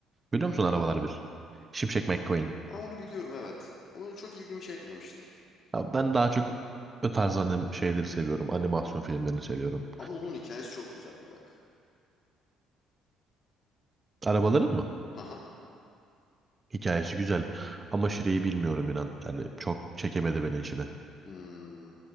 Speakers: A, on the right; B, on the left.
A: Biliyor
B: Hmm.
A: musun arabalar bir? Şimşek McQueen.
B: Ha, onu biliyorum evet. Ama öyle çok ilgimi çekmemişti.
A: Ya ben daha çok o tarz anim şeyleri seviyorum. Animasyon filmlerini seviyorum.
B: Ama onun hikayesi çok güzeldi bak.
A: Arabaların mı?
B: Haha.
A: Hikayesi güzel. Ama Şire'yi bilmiyorum inan. Yani çok çekemedi beni içine.
B: Hmm.